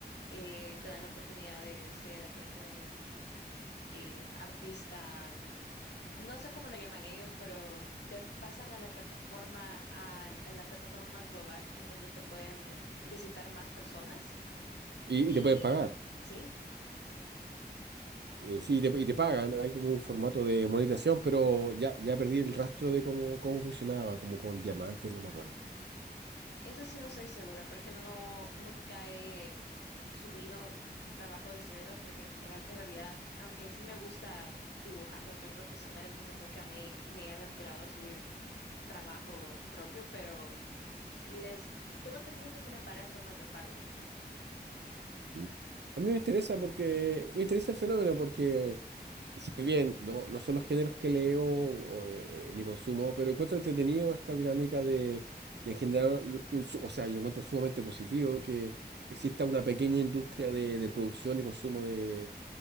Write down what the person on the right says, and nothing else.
Y,
y te pueden pagar.
Eh, sí, y te, y te pagan. Hay como un formato de monetización, pero ya, ya perdí el rastro de cómo, cómo funcionaba, como con diamantes, no me acuerdo.
Mm. A mí me interesa porque me interesa el fenómeno porque si bien no, no son los géneros que leo o, eh, ni consumo, pero encuentro entretenido esta dinámica de, de generar un, su- o sea, yo lo encuentro sumamente positivo que exista una pequeña industria de, de producción y consumo de,